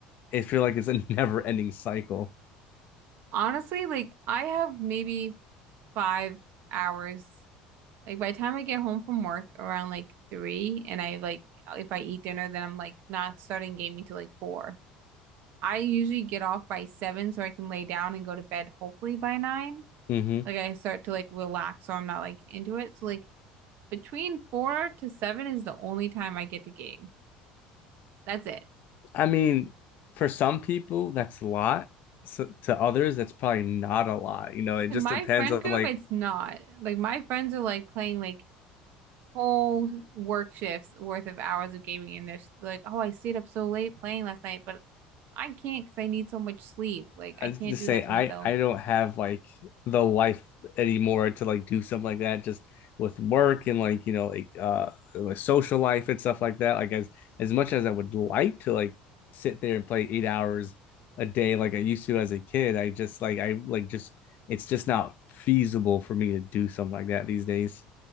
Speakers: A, on the left (about 55°); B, on the right (about 65°).
A: it feel like it's a <laughs> never ending cycle.
B: Honestly, like I have maybe five hours. Like by the time I get home from work around like three, and I like if I eat dinner, then I'm like not starting gaming till like four. I usually get off by seven so I can lay down and go to bed hopefully by nine.
A: hmm
B: Like I start to like relax so I'm not like into it. So like between four to seven is the only time I get to game. That's it.
A: I mean, for some people, that's a lot. So to others, that's probably not a lot. You know, it
B: In
A: just
B: my
A: depends
B: friend
A: on
B: group,
A: like
B: it's not. Like my friends are like playing like whole work shifts worth of hours of gaming and they're s- like, "Oh, I stayed up so late playing last night, but I can't because I need so much sleep. Like
A: I
B: I
A: was
B: can't
A: gonna say
B: do that to
A: I
B: myself."
A: I don't have like the life anymore to like do something like that just with work and like you know like uh like social life and stuff like that. Like as as much as I would like to like sit there and play eight hours a day like I used to as a kid, I just like I like just it's just not feasible for me to do something like that these days.